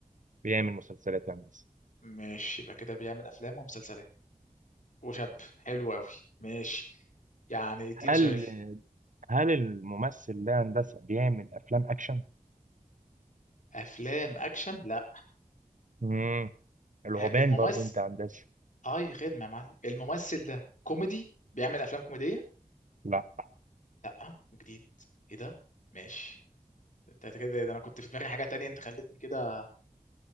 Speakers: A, on the right; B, on the left.
A: بيعمل مسلسلات يا هندسه
B: ماشي يبقى كده بيعمل أفلام ومسلسلات وشاب حلو قوي ماشي يعني اديني
A: هل
B: سؤال
A: هل الممثل ده هندسه بيعمل افلام اكشن
B: افلام اكشن لا
A: امم العوبان
B: ه- الممثل
A: برضو انت يا هندسه
B: اه يا خدمه يا معلم الممثل ده كوميدي بيعمل افلام كوميديه
A: لا
B: لا وجديد ايه ده ماشي انت كده ده انا كنت في دماغي حاجه تانية انت خلتني كده